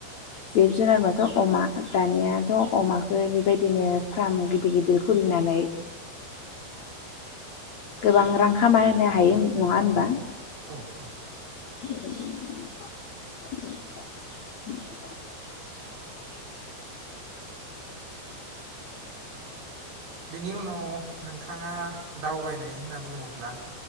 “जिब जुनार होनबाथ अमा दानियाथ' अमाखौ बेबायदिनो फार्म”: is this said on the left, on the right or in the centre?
Left